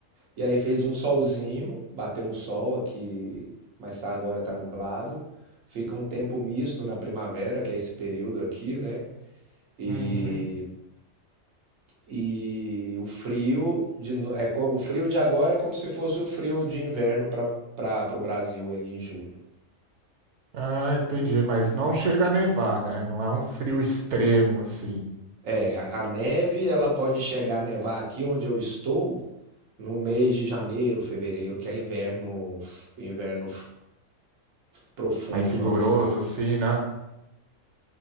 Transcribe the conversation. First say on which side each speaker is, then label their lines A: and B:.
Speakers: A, on the right (about 85°); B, on the right (about 65°).
A: e aí fez um solzinho, bateu um sol aqui, mas tá agora tá nublado. Fica um tempo misto na primavera, que é esse período aqui, né? E,
B: uhum.
A: e o frio de, no- é, co- o frio de agora é como se fosse o frio de inverno para para o Brasil aí em julho.
B: Ah, entendi. Mas não chega a nevar, né? Não é um frio extremo assim.
A: É, A neve, ela pode chegar a nevar aqui onde eu estou no mês de janeiro, fevereiro, que é inverno, inverno profundo,
B: mais rigoroso,
A: vamos dizer assim.
B: assim, né?